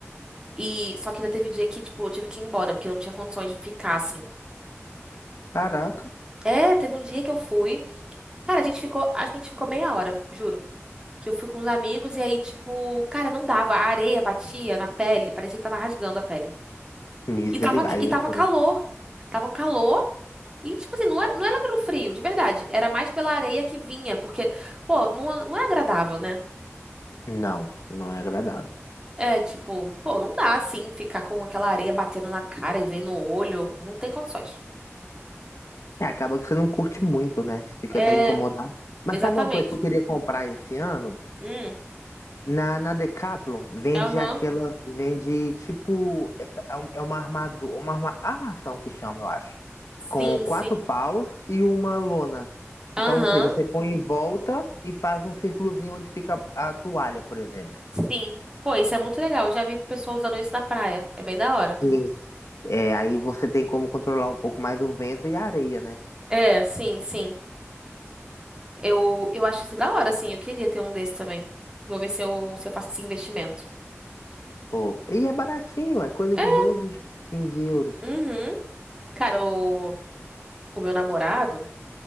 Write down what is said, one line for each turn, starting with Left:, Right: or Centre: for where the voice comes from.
Right: E só que já teve dia que, tipo, eu tive que ir embora, porque não tinha condições de ficar assim.
Left: Caraca,
Right: É, teve um dia que eu fui. Cara, a gente ficou, acho que a gente ficou meia hora, juro. Que eu fui com os amigos e aí, tipo, cara, não dava. A areia batia na pele, parecia que tava rasgando a pele.
Left: misericórdia.
Right: E tava,
Left: Aí
Right: e tava
Left: é ruim.
Right: calor. Tava um calor. E, tipo assim, não era, não era pelo frio, de verdade. Era mais pela areia que vinha, porque, pô, não, não é agradável, né?
Left: Não, não é agradável.
Right: É, tipo, pô, não dá assim ficar com aquela areia batendo na cara e vem no olho. Não tem condições.
Left: É, acaba que você não curte muito, né? Fica
Right: É,
Left: tão incomodado. Mas
Right: exatamente.
Left: sabe uma coisa que eu queria comprar esse ano?
Right: Hum,
Left: Na, na Decathlon vende
Right: aham.
Left: aquela, vende tipo, é é um- é uma armadura, uma arma- armação que chama, eu acho,
Right: Sim,
Left: com quatro
Right: sim.
Left: paus e uma lona.
Right: Aham,
Left: Então, ou seja, você põe em volta e faz um círculozinho onde fica a toalha, por exemplo.
Right: sim. Pô, isso é muito legal. Eu já vi pessoa usando isso na praia. É bem da hora.
Left: Sim. É, aí você tem como controlar um pouco mais o vento e a areia, né?
Right: É, sim, sim. Eu, eu acho isso da hora, sim. Eu queria ter um desse também. Vou ver se eu, se eu faço esse investimento.
Left: Pô, e é baratinho, é coisa
Right: É,
Left: de doze quinze euros.
Right: Uhum. Cara, o, o meu namorado,